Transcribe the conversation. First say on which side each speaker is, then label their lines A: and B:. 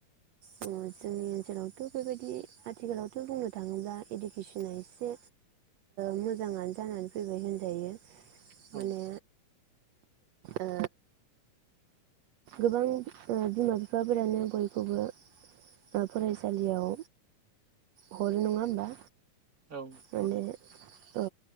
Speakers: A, on the right; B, on the right.
A: जोंनि ओनसोलावथ' बेबायदि आथिखालावथ' बुंनो थाङोब्ला इडुकेसना एसे मोजाङानो जानानै फैबाय होनजायो। माने
B: औ
A: ओ गोबां बिमा बिफाफोरानो बयखौबो ओ फरायसालियाव हरो नङा होमबा।
B: औ
A: माने
B: हरो।
A: औ